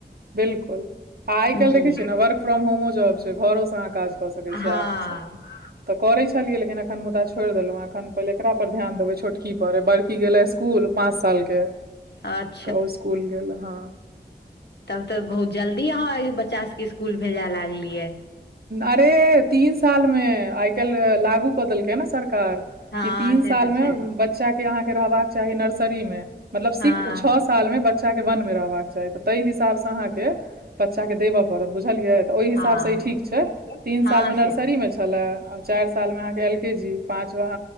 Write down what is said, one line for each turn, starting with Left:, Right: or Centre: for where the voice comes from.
Right: बिल्कुल हाआ आइ
Left: जी
Right: काल्हि देखै छियै न वर्क फ्रॉम होमो जॉब छै घरो स अहाँ काज कऽ सकै
Left: हँ
Right: छी आरामसँ तऽ करै छलियै लेकिन एखन मुदा छोड़ि देलौहें पहिले एकरा पर ध्यान देबै छोटकी पर की गेलए इसकूल पाँच साल के यै
Left: अत
Right: तऽ ओ इस्कुल गेलए हँ
Left: तब तऽ बहुत जल्दी अहाँ अही बच्चा सबके इसकुल भेज लागलियै
Right: अरे तीन सालमे आइ काल्हि लागू कऽ देलकै य न सरकार
Left: हँ
Right: कि तीन
Left: से
Right: साल
Left: तऽ
Right: मे
Left: छै
Right: बच्चा के अहाँके रहबाक चाही नर्सरी मे मतलब सीख
Left: हँ
Right: छ साल मे बच्चा के वन मे रहबाक चाही तऽ तैई हिसाब स अहाँके बच्चा के देबऽ पड़त बुझलियै ओई हिसाब
Left: हँ
Right: स ई ठीक छै तीन
Left: हँ
Right: साल मे नर्सरी
Left: से तऽ
Right: मे छै छलए आ चारि साल मे अहाँके एल के जी पाँचवा